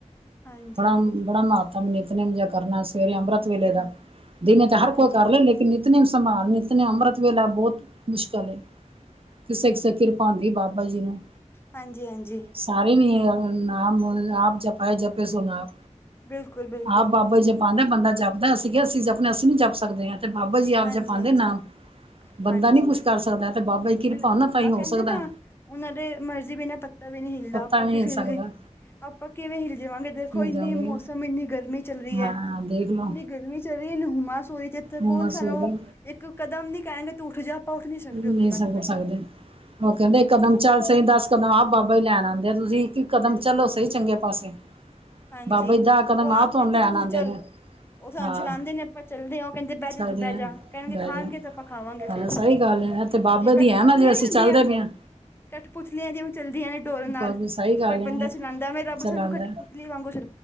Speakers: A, on the left; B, on the right.
A: ਹਾਂਜੀ
B: ਬੜਾ ਬੜਾ ਮਾਤਮ ਏ ਨਿੱਤਨੇਮ ਕਰਨਾ ਸਵੇਰੇ ਅੰਮ੍ਰਿਤ ਵੇਲੇ
A: ਹਾਂ
B: ਦਾ ਦਿਨੇ ਤਾਂ ਹਰ
A: ਹਾਂਜੀ
B: ਕੋਈ ਕਰ ਲੈ ਲੇਕਿਨ ਨਿੱਤਨੇਮ ਸੰਭਾਲ ਨਿੱਤਨ ਅੰਮ੍ਰਿਤਵੇਲਾ ਬਹੁਤ ਮੁਸ਼ਕਲ ਏ, ਕਿਸੇ-ਕਿਸੇ ਕਿਰਪਾ ਆਂਦੀ ਬਾਬਾ ਜੀ ਨੂੰ।
A: ਹਾਂਜੀ- ਹਾਂਜੀ।
B: ਸਾਰੇ ਨਹੀਂ ਐ, ਨਾਮ ਆਪ ਜਪ ਆਏ, ਜਪੇ ਸੋ ਨਾਮ,
A: ਬਿਲਕੁਲ ਬਿਲਕੁਲ
B: ਆਪ ਬਾਬਾ ਕੋ ਜੇ ਪਾਂਦਾ ਬੰਦਾ ਜਪਦਾ, ਅਸੀਂ ਕਿਹਾ ਅਸੀਂ ਜਪਣੇ ਆ, ਅਸੀਂ ਨੀ ਜਪ ਸਕਦੇ ਹਾਂ। ਤੇ ਬਾਬਾ ਜੀ
A: ਹਾਂਜੀ
B: ਆਪ ਜਪਾਂਦੇ
A: ਹਾਂਜੀ
B: ਨਾਮ, ਬੰਦਾ
A: ਹਾਂਜੀ
B: ਨੀ ਕੁੱਛ ਕਰ ਸਕਦਾ। ਤੇ ਬਾਬਾ ਜੀ ਕਿਰਪਾ
A: ਬਿਲਕੁਲ
B: ਹੋਣਾ ਤਾਂ ਹੀ
A: ਆਹ
B: ਹੋ
A: ਕਹਿੰਦੇ
B: ਸਕਦਾ
A: ਨਾ, ਉਹਨਾਂ ਦੇ ਮਰਜ਼ੀ ਬਿਨਾਂ ਪੱਤਾ ਵੀ ਨਹੀਂ ਹਿਲਦਾ,
B: ਪਤਾ
A: ਆਪਾਂ ਤੇ
B: ਨਹੀਂ
A: ਫਿਰ
B: ਸਕਦਾ
A: ਵੀ ਆਪਾਂ ਕਿਵੇਂ ਹਿਲ ਜਾਵਾਂਗੇ, ਦੇਖੋ
B: ਹੋ
A: ਇੰਨੀ
B: ਜਾਓਗੇ
A: ਮੌਸਮ, ਇੰਨੀ ਗਰਮੀ ਚੱਲ ਰਹੀ
B: ਹਾਂ
A: ਏ,
B: ਦੇਖ ਲਓ
A: ਇੰਨੀ ਗਰਮੀ ਚਰੀ ਨਹਮਾ ਸੋਰੀ ਜਿੱਥੇ
B: ਹੁਮਸ
A: ਕੌਣ ਸਾਨੂੰ,
B: ਹੋਏਗੀ
A: ਇੱਕ ਕਦਮ ਨੀ ਕਹਿਣਗੇ ਤੇ ਉੱਠ ਜਾ, ਆਪਾਂ ਉੱਠ ਨੀ ਸਕਦੇ।
B: ਨਹੀਂ
A: ਉੱਥੇ ਬੈਠੇ
B: ਸਮਝ
A: ਬੈਠੇ
B: ਸਕਦੇ। ਉਹ ਕਹਿੰਦੇ ਕਦਮ ਚੱਲ ਸਹੀ, ਦਸ ਕਦਮ ਆਪ ਬਾਬਾ ਹੀ ਲੈਣ ਆਂਦੇ, ਤੁਸੀਂ ਇਕ ਕਦਮ
A: ਬਿਲਕੁਲ
B: ਚੱਲੋ ਸਹੀ। ਚੰਗੇ ਪਾਸੇ,
A: ਹਾਂਜੀ
B: ਬਾਬਾ ਦਾ ਕਦਮ
A: ਉਹ
B: ਆਪ ਤੁਹਾਨੂੰ
A: ਕਹਿੰਦੇ
B: ਲੈਣ
A: ਤੂੰ
B: ਆਂਦੇ
A: ਚੱਲ
B: ਨੇ।
A: ਉਹ ਸਾਨੂੰ
B: ਹਾਂ
A: ਚਲਾਂਦੇ ਨੇ, ਆਪਾਂ ਚੱਲਦੇ ਆ, ਉਹ ਕਹਿੰਦੇ ਬਹਿ
B: ਚੱਲਦੇ
A: ਜਾ ਬਹਿ
B: ਆ
A: ਜਾ, ਕਹਿਣਗੇ
B: ਬਹਿ
A: ਖਾਣਗੇ
B: ਜਾ
A: ਤੇ ਆਪਾਂ ਖਾਵਾਂਗੇ
B: ਹਾਂ
A: ਫੇਰ।
B: ਸਹੀ ਗੱਲ ਹੈ ਤੇ ਬਾਬੇ
A: ਜੇ ਕਠਪੁਤਲੀਆਂ
B: ਦੀ ਹੈ ਨਾ ਜੇ ਅਸੀਂ
A: ਨੀ ਹੁੰਦੀਆਂ।
B: ਚੱਲਦੇ ਪਏ ਹਾਂ
A: ਕਠਪੁਤਲੀਆਂ ਜਿਵੇਂ ਚਲਦੀਆਂ ਨੇ ਡੋਰਾਂ ਨਾਲ,
B: ਬਾਬੇ ਸਹੀ ਗੱਲ
A: ਕੋਈ
B: ਹੈ
A: ਬੰਦਾ ਚਲਾਂਦਾ, ਉਵੇਂ ਰੱਬ
B: ਚਲਾਉਂਦਾ
A: ਸਾਨੂੰ ਕਠ <inaudible>